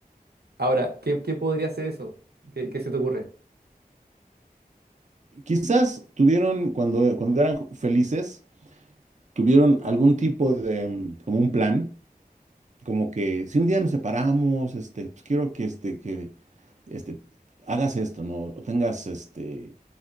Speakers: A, on the right; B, on the right.
A: Ahora, ¿qué, qué podría ser eso? ¿Qué, qué se te ocurre?
B: Quizás tuvieron, cuando, cuando eran ju- felices, tuvieron algún tipo de, mm, como un plan, como que si un día nos separamos, este, pues quiero que, este, que, este, hagas esto, ¿no? O tengas, este,